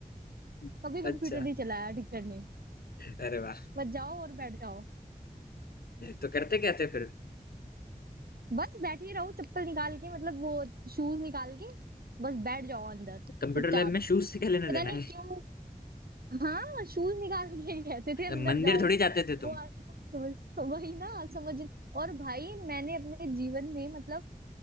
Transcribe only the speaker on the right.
कभी कंप्यूटर
नहीं चलाया टीचर ने
बस जाओ और बैठ जाओ
बस बैठी रहो चप्पल निकाल के मतलब वो शूज निकाल के बस बैठ जाओ अंदर चुपचाप
पता
नहीं क्यों हाँ शूज निकाल के कहते थे अंदर
जाओ
वो
आज तक समझ वही ना आप समझ और भाई मैंने अपने जीवन में मतलब